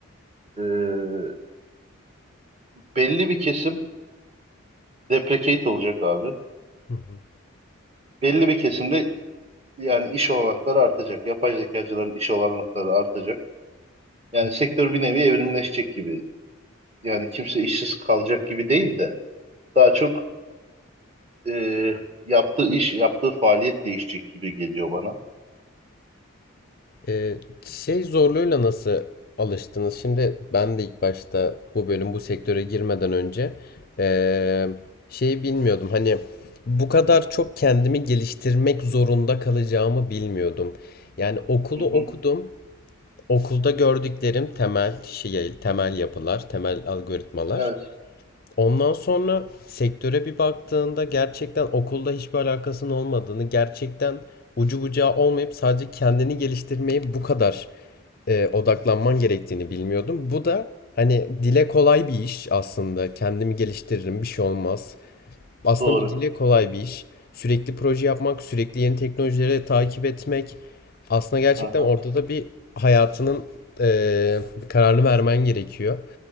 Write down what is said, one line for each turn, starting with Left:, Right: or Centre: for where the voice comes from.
Right: Ee, belli bir kesim deprecate olacak abi.
Left: Hı hı.
Right: Belli bir kesim de Yani iş olanakları artacak. Yapay zekacıların iş olanakları artacak. Yani
Left: Hı.
Right: sektör bir nevi evrimleşecek gibi. Yani kimse işsiz kalacak gibi değil de daha çok e, yaptığı iş, yaptığı faaliyet değişecek gibi geliyor bana.
Left: Ee, şey zorluğuyla nasıl alıştınız? Şimdi ben de ilk başta bu bölüm bu sektöre girmeden önce ee, şeyi bilmiyordum. Hani bu kadar çok kendimi geliştirmek zorunda kalacağımı bilmiyordum. Yani okulu
Right: Hı hı.
Left: okudum. Okulda gördüklerim temel şey, temel yapılar, temel algoritmalar.
Right: Evet,
Left: Ondan sonra sektöre bir baktığında gerçekten okulda hiçbir alakasının olmadığını, gerçekten ucu bucağı olmayıp sadece kendini geliştirmeye bu kadar e, odaklanman gerektiğini bilmiyordum. Bu da hani dile kolay bir iş aslında. Kendimi geliştiririm, bir şey olmaz. Aslında
Right: doğru.
Left: bu dile kolay bir iş. Sürekli proje yapmak, sürekli yeni teknolojileri takip etmek. Aslında gerçekten
Right: Aha,
Left: ortada bir hayatının e, bir kararını vermen gerekiyor.